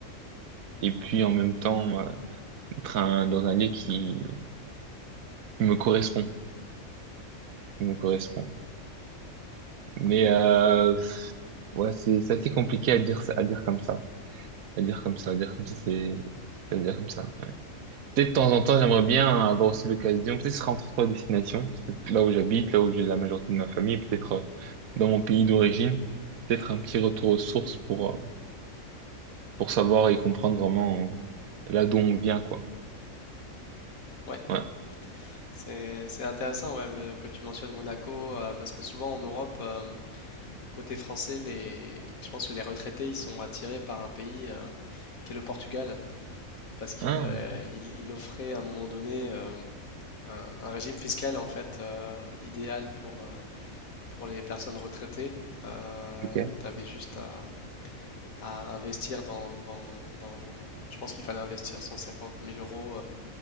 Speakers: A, on the right (about 85°); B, on the left (about 80°).
A: Et puis en même temps, euh, être un- dans un lieu qui, qui me correspond, qui me correspond. Mais euh, ouais, c'est c'est assez compliqué à dire ça- à dire comme ça, à dire comme ça, à dire comme ça, c'est à dire comme ça. Ouais. Peut-être de temps en temps, j'aimerais bien avoir aussi l'occasion. Peut-être ce sera entre trois destinations, peut-être là où j'habite, là où j'ai la majorité de ma famille, peut-être euh, dans mon pays d'origine. Peut-être un petit retour aux sources pour euh, pour savoir et comprendre vraiment euh, là d'où on vient, quoi.
B: Ouais,
A: Ouais.
B: c'est, c'est intéressant ouais, euh, que tu mentionnes Monaco, euh, parce que souvent en Europe, euh, côté français, les, je pense que les retraités, ils sont attirés par un pays euh, qui est le Portugal. parce qu'il
A: Ah,
B: euh, il, il offrait à un moment donné euh, un, un régime fiscal en fait euh, idéal pour, euh, pour les personnes retraitées. tu
A: ok,
B: avais juste à, à investir dans, dans- dans- Je pense qu'il fallait investir 150 000 euros euh,